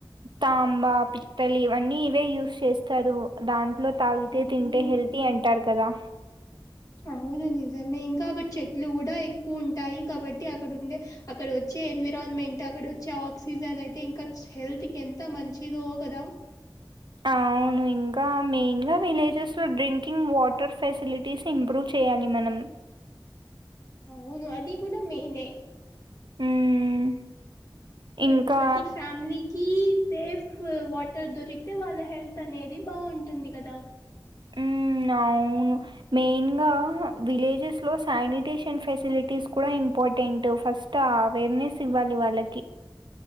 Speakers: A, on the right; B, on the left.
A: తాంబ పిత్తలి అన్ని ఇవే యూస్ చేస్తారు దాంట్లో తాగితే
B: అవును.
A: తింటే హెల్తీ అంటారు కదా
B: అవును నిజమే ఇంకా అక్కడ చెట్లు కూడా ఎక్కువ ఉంటాయి కాబట్టి అక్కడ ఉండే అక్కడ వచ్చి కే ఎన్విరాన్మెంట్ అక్కడ వచ్చే ఆక్సిజన్ అయితే ఇంకా హెల్త్ కి ఎంత మంచిదో కదా
A: అవును ఇంకా మెయిన్ గా విలేజెస్ లో డ్రింకింగ్ వాటర్ ఫెసిలిటీస్ ఇంప్రూవ్ చే చేయాని మనం
B: అవును అది కూడా మెయిన్ ఏ
A: మ్మ్. ఇంకా
B: ఏ ప్రతి ఫ్యామిలీకి సేఫ్ వాటర్ దొరికితే వాళ్ళ హెల్త్ అనేది బాగుంటుంది కదా
A: ఊ అవును మెయిన్ గా విలేజెస్ లో శానిటేషన్ ఫెసిలిటీస్ కూడా ఇం ఇంపార్టెంట్ ఫస్ట్ అవేర్నెస్ ఇవ్వాలి వాళ్ళకి